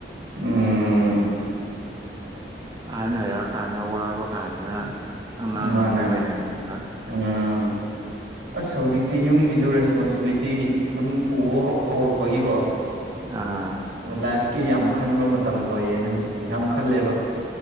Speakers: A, on the right (about 85°); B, on the right (about 25°).
A: ꯎꯝ <inaudible>
B: ꯑꯍꯟ ꯑꯣꯏꯔꯛꯑ ꯀꯥꯟꯗ ꯋꯥꯕ ꯀꯥꯟꯗꯨꯅ ꯑꯉꯥꯡ
A: ꯃꯥꯅꯦ
B: ꯑꯃꯨꯛ ꯑꯣꯏꯔꯛꯅꯤꯡꯕ
A: ꯎꯝ ꯑꯁ ꯍꯧꯖꯤꯛꯇꯤ ꯌꯨꯝꯒꯤꯁꯨ ꯔꯦꯁꯄꯣꯟꯁꯤꯕꯤꯂꯤꯇꯤ ꯑꯗꯨꯝ ꯄꯨꯕ ꯍꯧ ꯍꯧꯔꯛꯄꯒꯤꯀꯣ
B: ꯑꯥ
A: ꯎꯝ ꯂꯥꯏꯐ ꯀꯤ ꯌꯥꯝ ꯈꯟꯕ ꯃꯇꯝ ꯑꯣꯏꯔꯦꯅꯦ ꯍꯧꯖꯤꯛꯇꯤ ꯌꯥꯝ ꯈꯜꯂꯦꯕ